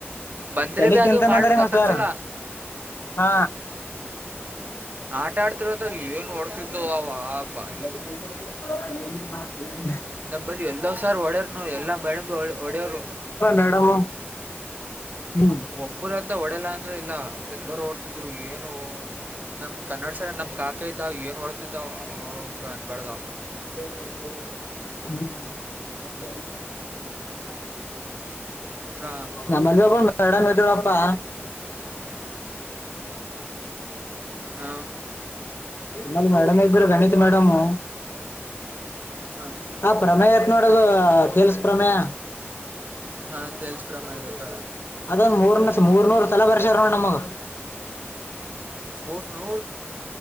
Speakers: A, on the right; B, on the left.
A: ಬಂದ್ರೆ
B: ತಲಿ
A: ಭ
B: ತಿಂತಾನ
A: ಅದು ಮಾಡಬೇಕು
B: ಅಂದ್ರ ನಿಮ್
A: ಹತ್ತತ್ಸಲ
B: ಸರ್ ಹಾ
A: ಆಟ ಆಡ್ತಿರಂತ ಏನ್ ಓಡ್ತಿದ್ದು ಅವ
B: <inaudible>
A: ಭಾರಿ ನಲ್ಲಿ ಎಲ್ಲೋ ಸರ್ ಹೊಡರ್ನು ಎಲ್ಲಾ ಮ್ಯಾಡ ಹೊಡೆಯರು
B: ಮೇಡಮ್ ಹ್ಮ್
A: ಒಬ್ಬರುಂತ ಹೊಡೆಲ್ಲ ಅಂದ್ರೆ ಇಲ್ಲ ಎಲ್ಲರೂ ಓಡ್ತಿದ್ರು ಏನು ನಮ್ ಕನ್ನಡ ಸರ ನಮ್ ಕಾಕ ಇದ್ದಾವ ಏನ್ ಹೊರ್ತಿದ್ದಾವ ಅಂದಬಾರ್ದಾವ
B: ಹಾ
A: ಪ್ರ
B: ನಮಗ ಒಬ್ಬ ಮೇಡಮ್ ಇದರುಪ್ಪಾ
A: ಹಾ
B: ಮಮ್ಮಲ್ಲಿ ಮೇಡಮ್ ಇಗರು ಗಣಿತ ಮೇಡಮ
A: ಹಾಂ
B: ಹ ಪ್ರಮೇಯ ಆತ್ ನೋಡದು ಕೆಲ್ಸ ಪ್ರಮೇಯ
A: ಹಾಂ ಚೇಲ್ಸ್ ಪ್ರಮ ಆಗುತ್ತ
B: ಅದೊಂದ್ ಮೂರ್ನ ಮೂರ್ನೂರ್ ಸಲ ಬರ್ಸ್ಯಾರ ನಮಗ
A: ಮೂ ನ